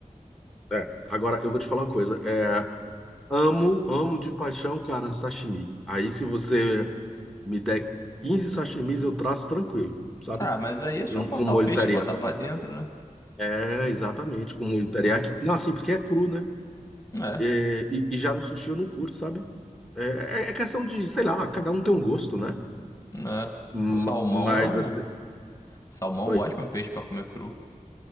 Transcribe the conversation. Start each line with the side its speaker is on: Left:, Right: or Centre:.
Centre: é, é. Agora eu vou te falar uma coisa. É, amo, amo de paixão, cara, sashimi. Aí se você me der 15 sashimis, eu traço tranquilo, sabe?
Left: Ah, mas aí é só
Centre: Com,
Left: cortar
Centre: com molho
Left: o peixe
Centre: teriyaki.
Left: e botar pra dentro, né?
Centre: É, exatamente, com molho teriyaki. Não, assim, porque é cru, né?
Left: É,
Centre: É, E, e já no sushi eu não curto, sabe? É, é é questão de, sei lá, cada um tem um gosto, né?
Left: né?
Centre: Ma-
Left: O salmão
Centre: Mas
Left: é um
Centre: assim.
Left: salmão,
Centre: Oi.
Left: é um ótimo peixe pra comer cru.